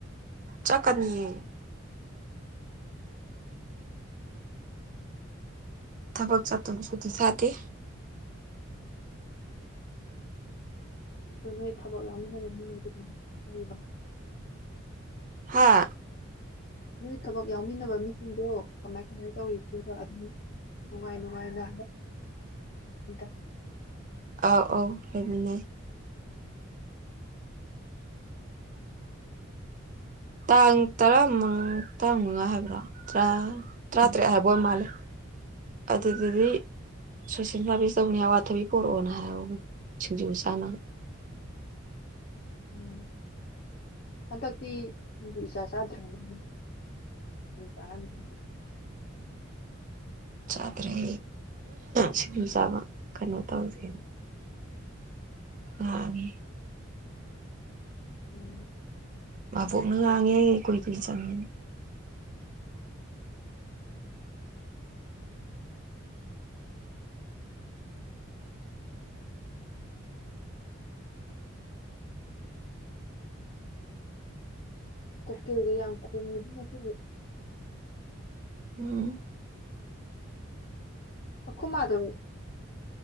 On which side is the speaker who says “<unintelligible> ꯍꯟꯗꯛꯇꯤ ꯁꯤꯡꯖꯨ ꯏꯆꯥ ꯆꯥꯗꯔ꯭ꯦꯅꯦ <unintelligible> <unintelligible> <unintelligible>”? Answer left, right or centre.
Left